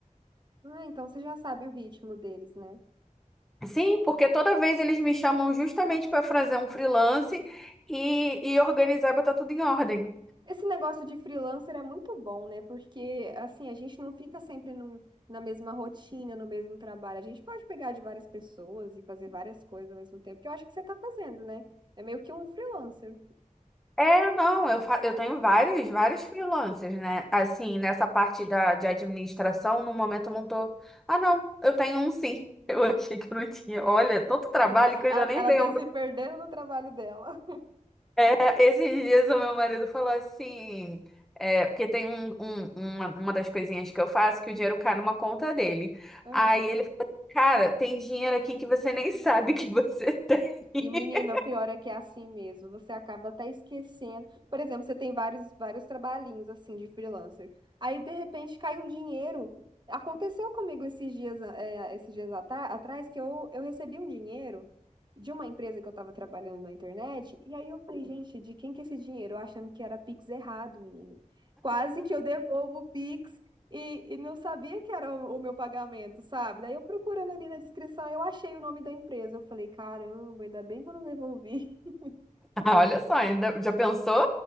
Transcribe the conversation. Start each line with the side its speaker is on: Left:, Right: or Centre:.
Right: Ah, então você já sabe o ritmo deles, né?
Centre: Sim, porque toda vez eles me chamam justamente para fazer um freelance e, e organizar e botar tudo em ordem.
Right: Esse negócio de freelancer é muito bom, né? Porque, assim, a gente não fica sempre num- na mesma rotina, no mesmo trabalho. A gente pode pegar de várias pessoas e fazer várias coisas ao mesmo tempo, que eu acho que você tá fazendo, né? É meio que um freelancer.
Centre: É, não, eu, fa- eu tenho vários, vários freelancers, né? Assim, nessa parte da, de administração, no momento eu não tô. Ah, não, eu tenho um sim. <laughs> Eu achei que eu não tinha. Olha, é tanto trabalho
Right: <laughs>
Centre: que eu
Right: Ela,
Centre: já nem
Right: ela
Centre: lembro.
Right: tá se perdendo no trabalho dela.
Centre: É, esses dias o meu marido falou assim. É, porque tem um, um- uma, uma das coisinhas que eu faço que o dinheiro cai numa conta dele.
Right: Aham.
Centre: Aí ele falou: Cara, tem dinheiro aqui que você nem <laughs> sabe que você tem. <laughs>
Right: E, menina, o pior é que é assim mesmo. Você acaba até esquecendo. Por exemplo, você tem vários, vários trabalhinhos assim de freelancer. Aí, de repente, cai um dinheiro. Aconteceu comigo esses dias, é, esses dias atra- atrás que eu, eu recebi um dinheiro de uma empresa que eu estava trabalhando na internet. E aí eu falei, gente, de quem que é esse dinheiro? Eu achando que era Pix errado, menino. Quase que eu devolvo o Pix. E, e não sabia que era o, o meu pagamento, sabe? Daí eu procurando ali na descrição, eu achei o nome da empresa. Eu falei, caramba, ainda bem que eu não devolvi. <laughs>
Centre: Ah, Olha só, ainda já pensou?